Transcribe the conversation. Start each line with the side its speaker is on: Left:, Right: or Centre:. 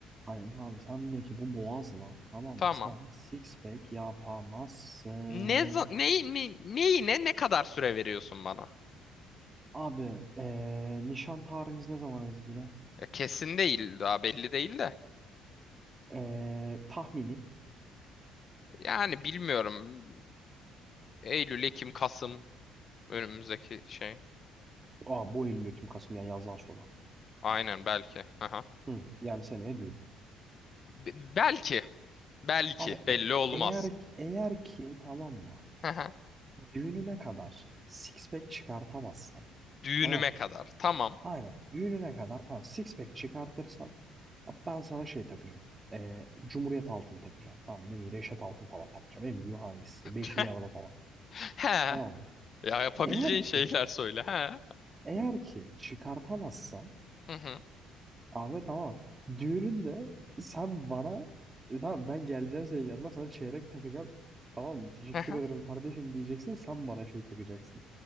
Right: Aynen abi sendeki bu boğazla tamam
Left: Tamam.
Right: mı sen six pack yapamazsın.
Left: Ne, za- neyi, ne, neyine ne kadar süre veriyorsun bana?
Right: Abi eee, nişan tarihiniz ne zaman Ezgi'yle?
Left: Ya kesin değil daha belli değil de.
Right: Eee, tahmini.
Left: Yani bilmiyorum. Eylül, Ekim, Kasım önümüzdeki şey.
Right: Aa, bu Eylül Ekim Kasım yani yazdan sonra.
Left: Aynen belki. Aha.
Right: Hı, yani seneye düğün.
Left: Be- belki. Belki.
Right: Abi
Left: Belli
Right: e-
Left: olmaz.
Right: eğer eğer ki tamam mı
Left: Aha.
Right: düğününe kadar six pack çıkartamazsan
Left: Düğünüme
Right: tamam
Left: kadar. Tamam.
Right: Aynen. Düğününe kadar tamam six pack çıkartırsan abi ben sana şey takacağım. Ee, Cumhuriyet altın takacağım. Tamam ne bileyim Reşat altın falan takacağım. En büyüğü hangisi?
Left: <laughs>
Right: Beşi bir arada falan.
Left: He.
Right: Tamam mı?
Left: Ya yapabileceğin
Right: Eğer ki
Left: şeyler söyle. He.
Right: eğer ki çıkartamazsan
Left: Hı hı.
Right: abi tamam düğününde sen bana e, tamam ben geleceğim senin yanına sana çeyrek takacağım. Tamam mı? Teşekkür
Left: Hı
Right: ederim kardeşim diyeceksin. Sen bana şey takacaksın.